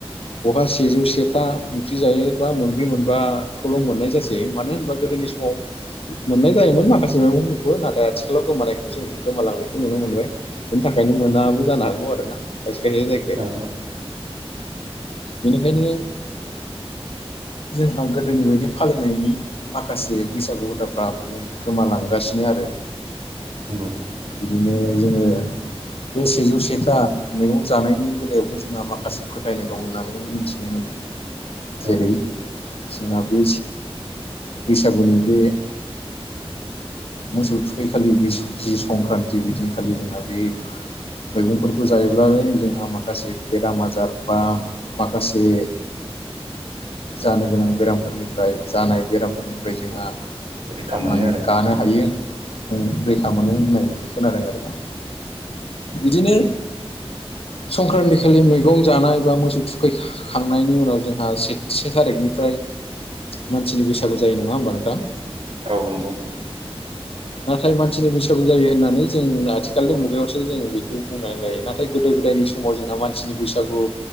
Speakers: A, on the left; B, on the right.
A: बहा सेजौ सेथा ओंख्रि जायो बा मोनब्रै मोनबाखौल' मोननाय जासै मानो होनबा गोदोनि समाव मोननाय जायोमोन माखासे मैगंफोरखौ नाथाय आथिखालाव गोमानायखौ जों गोमालांनायखौ नुनो मोनबाय। बेनि थाखायनो मोनाबो जानो हागौ आरोना खायसे खायसे जायगा आरो
B: औ
A: बेनिखायनो जोंहा गोदोनि बायदि फालिनायनि माखासे बैसागु हुदाफ्रा माने गोमालांगासिनो आरो
B: नंगौ
A: बिदिनो जोङो बे सेजौ सेथा मैगं जानायनि बेलायावबो जोंहा माखासे फोथायनाय दं होननानै मिथिनो मोनो। जेरै
B: औ
A: जोंहा बे बैसागुनि बे मोसौ थुखैखालि बे जि संक्रान्ति बिदिनखालि जोंहा बे मैगंफोरखौ जायोब्लाल जोंहा माखासे बेराम आजार बा माखासे जानो गोनां बेरामफोरनिफ्राय जानाय बेरामफोरनिफ्राय जोंहा
B: रैखा मोनो
A: माने
B: आरो
A: गानो
B: जेन
A: हायो।
B: औ
A: रैखा मोनो होननाय बायदि खोनादों आरोना बिदिनो संक्रान्ति खालि मैगं जानाय बा मोसौ थुखै खांनायनि उनाव जोंहा से से थारिखनिफ्राय मानसिनि बैसागु जायो नङा होमबा नोंथां
B: औ नंगौ
A: नाथाय मानसिनि बैसागु जायो होननानै जों आथिखालनि मुगायावसो जों बेखौ बुंनानै लायो नाथाय नाथाय गोदो-गोदायनि समाव जोंहा मानसिनि बैसागु